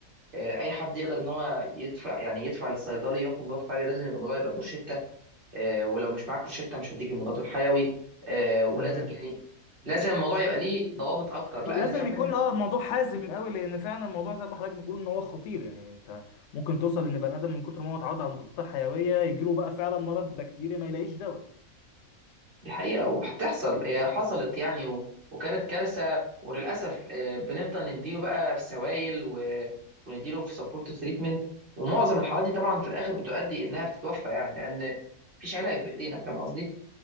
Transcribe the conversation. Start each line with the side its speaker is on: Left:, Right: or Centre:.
Right: آه، اي حد يقدر ان هو يدفع يعني يدفع للصيدلي ياخد مضاد حيوي لازم يبقى الموضوع يبقى بروشته آه، ولو مش معاك روشته مش هديك المضاد الحيوي آه، ولازم
Left: <laughs> تمام
Right: يعني لازم الموضوع يبقى ليه ضوابط اكتر لان
Left: آه، لازم
Right: فعلا
Left: يكون اه الموضوع حازم قوي لان فعلا الموضوع زي ما حضرتك بتقول ان هو خطير يعني انت ممكن توصل ان بني ادم من كتر ما هو اتعود على المضادات الحيويه يجيله بقى فعلا مرض بكتيري ما يلاقيش دواء
Right: دي حقيقه وبتحصل هي حصلت يعني و- وكانت كارثه وللاسف آه، بنفضل نديله بقى في سوائل و- ونديله في سبورتيف تريتمنت ومعظم الحالات دي طبعا في الاخر بتؤدي انها بتتوفى يعني لان مفيش علاج بايدينا فاهم قصدي؟